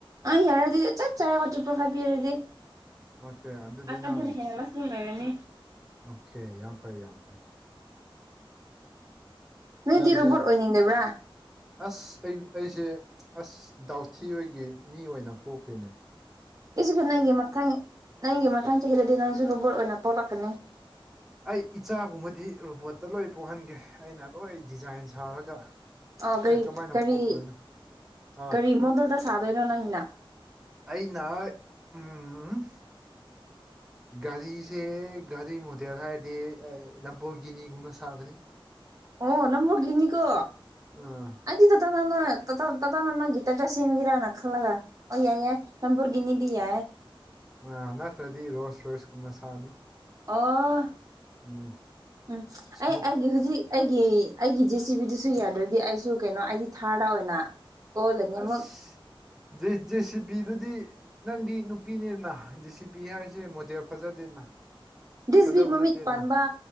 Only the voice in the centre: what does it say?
ꯑꯣꯀꯦ ꯑꯗꯨꯗꯤ
ꯅꯪ
ꯑꯣꯀꯦ ꯌꯥꯝ ꯐꯩ ꯌꯥꯝ ꯐꯩ
ꯅꯪꯁꯦ
ꯑꯁ ꯑꯩ ꯑꯩꯁꯦ ꯑꯁ ꯗꯥꯎꯊꯤ ꯍꯣꯏꯒꯤ ꯃꯤ ꯑꯣꯏꯅ ꯄꯣꯛꯈꯦꯅꯦ
ꯑꯩ ꯏꯆꯥꯒꯨꯝꯕꯗꯤ ꯔꯣꯕꯣꯠꯇ ꯂꯣꯏ ꯄꯣꯛꯍꯟꯒꯦ ꯑꯩꯅ ꯂꯣꯏ ꯗꯤꯖꯥꯏꯟ ꯁꯥꯔꯒ
ꯍꯣꯏ ꯀꯃꯥꯏꯅ
ꯄꯣꯛꯇꯣꯏꯅꯣ ꯑꯥ
ꯑꯩꯅ ꯎꯝ ꯒꯥꯔꯤꯁꯦ ꯒꯥꯔꯤ ꯃꯣꯗꯦꯜ ꯍꯥꯏꯔꯗꯤ ꯂꯝꯄꯣꯏꯒꯤꯅꯤꯒꯨꯝꯅ ꯁꯥꯒꯅꯤ
ꯑꯥ
ꯑ ꯅꯠꯇ꯭ꯔꯗꯤ ꯔꯣꯁ ꯔꯣꯏꯁ ꯀꯨꯝꯅ ꯁꯥꯅꯤ
ꯎꯝ
ꯏꯁꯃꯨꯠ
ꯑꯁ ꯖꯦ ꯖꯦꯁꯤ ꯄꯤꯗꯨꯗꯤ ꯅꯪꯗꯤ ꯅꯨꯄꯤꯅꯤꯅ ꯖꯤ ꯁꯤ ꯄꯤ ꯍꯥꯏꯁꯦ ꯃꯣꯗꯦꯜ ꯐꯖꯗꯦꯅ
ꯐꯖꯕ
ꯅꯠꯇꯦꯅ